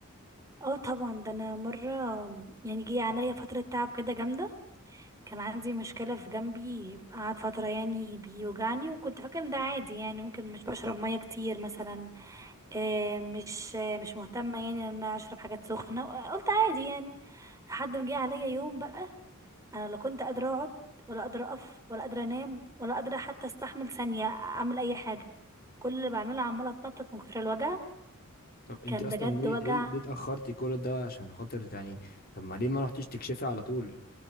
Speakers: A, on the right; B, on the left.
A: اه طبعا ده انا مره يعني جه عليا فتره تعب كده جامده كان عندي مشكله في جنبي قعد فتره يعني بيوجعني وكنت فاكره ان ده عادي يعني ممكن مش بشرب ميه كتير مثلا آه، مش آه، مش مهتمه يعني ان انا اشرب حاجات سخنه قلت عادي يعني لحد ما جه عليا يوم بقى انا لا كنت قادره اقعد ولا قادره اقف ولا قادره انام ولا قادره حتى استحمل ثانيه اعمل اي حاجه كل اللي بعمله عماله اتنطط من كتر الوجع
B: طب انت
A: كان
B: اصلا
A: بجد
B: ليه
A: وجع
B: ليه, ليه اتاخرتي كل ده عشان خاطر يعني طب ما ليه ما رحتيش تكشفي على طول